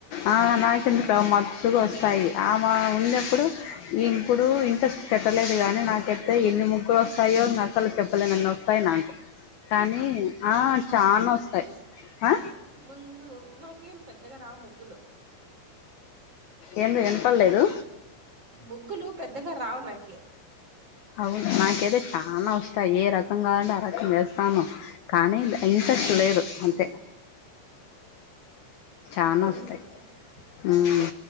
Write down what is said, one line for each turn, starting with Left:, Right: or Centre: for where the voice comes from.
Left: ఆ నాకెందుకు మత్తుగ వస్తాయి ఆమె ఉందే ప్పుడు ఇప్పుడు విన్పిస్ పెట్టలేదు గానీ నాకెస్తతే ఎన్ని ముగ్గురు వస్తాయో ఇంక అసలు చెప్పలే నన్న పైన కానీ ఆ చానా
Right: మా
Left: వస్తాయి
Right: ముగ్గులు
Left: ఆ
Right: ముందు నాకేం పెద్దగా రావ్ ముగ్
Left: ఏందో విన్డ్పలేదు
Right: తక్ ముగ్గులు పెద్దగా రావు నాకి
Left: అవును నాకైతే చానా వస్తాయి ఏ రకం కావలంటే అ వేస్తాను కానీ ఇసర్ట్ లేదు అంతే చానా
Right: అవ్నే
Left: వస్తాయి ఉమ్,
Right: ఆ